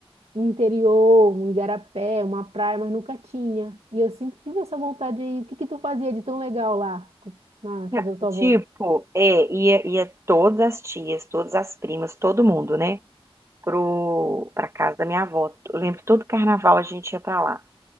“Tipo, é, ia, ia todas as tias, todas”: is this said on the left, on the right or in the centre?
Right